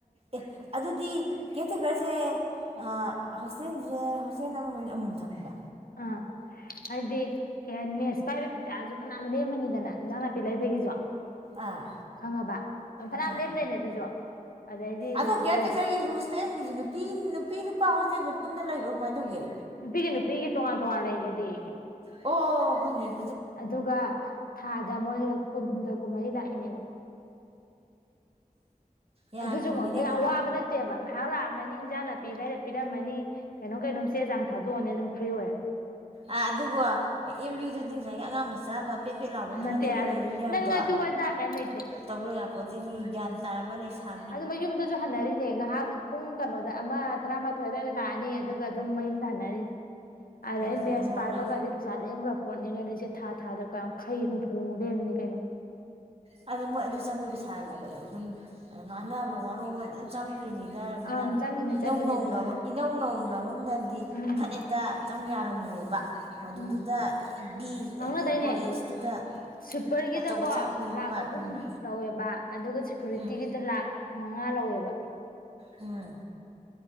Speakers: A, on the right; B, on the left.
A: ꯑꯦ ꯑꯗꯨꯗꯤ ꯀꯦꯔꯇꯦꯀꯔꯁꯦ ꯑꯥ ꯍꯣꯁꯇꯦꯜꯁꯦ ꯍꯣꯁꯇꯦꯜ ꯑꯃꯃ ꯑꯃꯃꯝ ꯊꯝꯃꯦꯕ
B: ꯑꯥ ꯍꯥꯏꯗꯤ ꯀꯩ ꯍꯥꯏꯅꯤ ꯃꯦꯁ ꯄꯥꯏꯕ ꯐꯩꯖꯥꯜꯁꯨ ꯐꯅꯌꯥꯝ ꯂꯦꯝꯃꯅꯤꯗꯅ ꯏꯟꯖꯥꯡ ꯅꯥꯄꯤ ꯂꯩꯕꯒꯤꯁꯨ
A: ꯑꯥ
B: ꯈꯪꯉꯕ ꯑꯗꯨꯝ ꯐꯅꯌꯥꯝ
A: ꯑꯥ
B: ꯂꯦꯝꯗꯣꯏꯅꯦ ꯑꯗꯨꯁꯨ ꯑꯗꯩꯗꯤ
A: ꯑꯗꯣ ꯀꯦꯌꯔꯇꯦꯀꯔꯒꯤ
B: ꯇꯣꯂꯣꯞ
A: ꯈꯔꫭꯁ ꯍꯣꯁꯇꯦꯜꯒꯤꯁꯦ ꯅꯨꯄꯤ ꯅꯨꯄꯤ ꯅꯨꯄꯥ ꯍꯣꯁꯇꯦꯜꯁꯦ ꯄꯨꯟꯅ ꯂꯩꯕ꯭ꯔꯣ ꯀꯃꯥꯏꯅ ꯇꯧꯒꯦ
B: ꯅꯨꯄꯤꯒꯤ ꯅꯨꯄꯤꯒꯤ ꯇꯣꯉꯥꯟ ꯇꯣꯉꯥꯟ ꯂꯩꯔꯤꯗꯨꯗꯤ
A: ꯑꯣ ꯍꯣꯏꯅ‌ꯦ
B: ꯑꯗꯨꯒ ꯊꯥꯗ ꯃꯣꯏ ꯀꯨꯟꯍꯨꯝꯗꯣꯏ ꯀꯨꯟꯃꯔꯤ ꯂꯥꯛꯏꯅꯦꯕ
A: ꯌꯥꯏ
B: ꯑꯗꯨꯁꯨꯃꯛ
A: ꯄꯣꯠꯅꯤꯅꯦ
B: ꯌꯥꯝ
A: ꯉꯥ
B: ꯋꯥꯕ ꯅꯠ ꯅꯠꯇꯦꯕ ꯉꯥꯏꯍꯥꯛꯂꯥꯛꯑꯝꯃꯅꯤ ꯏꯟꯖꯥꯡ ꯅꯥꯄꯤ ꯂꯩꯥꯏꯔ ꯄꯤꯔꯝꯃꯅꯤ ꯀꯩꯅꯣꯝ ꯀꯩꯅꯣꯝ ꯆꯦ ꯆꯥꯡ ꯊꯥꯗꯣꯛꯑꯅꯤ ꯑꯗꯨꯝ ꯐ꯭ꯔꯤ ꯑꯣꯏꯔꯦ
A: ꯑꯥ ꯑꯗꯨꯕꯨ ꯑꯦꯝ ꯌꯨꯗꯨꯗꯤ ꯉꯁꯥꯏꯒꯤ ꯑꯉꯥꯡ ꯃꯆꯥꯗꯣ ꯐꯦꯠꯄꯦꯠ ꯂꯥꯎꯕꯝꯇ
B: ꯅꯠꯇꯦ
A: ꯅꯠꯇꯦꯗꯣ
B: ꯑꯗ
A: ꯂꯩꯔꯤ ꯃꯌꯥꯝꯗꯣ
B: ꯅꯪ ꯑꯗꯨ ꯑꯗꯥ ꯀꯩꯝ ꯂꯩꯇꯦ
A: ꯇꯧꯔꯣꯏꯔꯄꯣꯠꯇꯣꯏꯅꯤ ꯒ꯭ꯌꯥꯟ ꯇꯥꯔꯝꯕ ꯂꯩꯁꯥ
B: ꯑꯗꯨ ꯃꯌꯨꯝꯗꯁꯨ ꯍꯟꯅꯔꯤꯅꯦ ꯉꯥꯏꯍꯥꯛ ꯄꯨꯡ ꯀꯩꯅꯣꯗ ꯑꯃ ꯇꯔꯥꯃ ꯐꯗꯅ ꯂꯥꯛꯑꯅꯤ ꯑꯗꯨꯒ ꯑꯗꯨꯝ ꯃꯌꯨꯝ ꯍꯟꯅꯔꯤꯅꯤ ꯑꯗꯩ
A: ꯑꯗꯨꯅꯤ
B: ꯃꯦꯁ
A: ꯍꯅꯨ
B: ꯄꯥꯏꯕꯒꯗꯤ
A: ꯍꯅꯥ
B: ꯆꯥ ꯂꯦꯝꯈ꯭ꯔꯥ ꯄꯣꯠꯅꯤ ꯀꯩꯅꯣꯁꯦ ꯊꯥ ꯊꯥꯗ ꯌꯥꯡꯈꯩ ꯍꯨꯝꯐꯨ ꯃꯨꯛ ꯂꯦꯝꯃꯤꯅꯤ ꯀꯩꯅꯣ
A: ꯑꯗ ꯃꯣꯏ ꯑꯗꯨ ꯆꯪꯉꯣꯏ ꯄꯩꯁꯥꯗꯕ ꯑꯗꯨꯝ ꯉꯥꯟꯅꯕ ꯋꯥꯅꯣꯝꯃ ꯑꯗꯨꯝ ꯆꯪꯗꯣꯔꯤꯅꯤ ꯑꯗꯨꯅꯤꯅ
B: ꯑꯪ ꯆꯪꯉꯤꯅꯦ
A: ꯏꯅꯧ
B: ꯆꯪꯉꯤꯅꯦ
A: ꯅꯧꯅꯕ
B: ꯑꯗꯨꯗ
A: ꯏꯅꯧ ꯅꯧꯅꯕꯝꯅꯗꯤ
B: ꯎꯝ
A: ꯐꯠ ꯇ ꯆꯪ ꯌꯥꯔꯝꯃꯣꯏꯕ ꯃꯗꯨꯗꯨꯗ
B: ꯎꯝ
A: ꯒꯤ
B: ꯉꯥꯡꯅꯗꯣꯏꯅꯦ
A: ꯀꯣꯂꯦꯖꯇꯨꯗ
B: ꯁ꯭ꯋꯤꯞꯄꯔꯒꯤꯗꯀꯣ
A: ꯑꯆꯧ ꯑꯁꯥꯡ ꯃꯌꯥꯝ
B: ꯂꯥꯛ
A: ꯑꯃ
B: ꯑꯍꯨꯝ
A: ꯎꯝ
B: ꯂꯧꯋꯦꯕ ꯑꯗꯨꯒ ꯁꯦꯀꯨꯔꯤꯇꯤꯒꯤꯗ
A: ꯎꯝ
B: ꯂꯥꯛ ꯃꯉꯥ ꯂꯧꯋꯦꯕ꯫
A: ꯎꯝ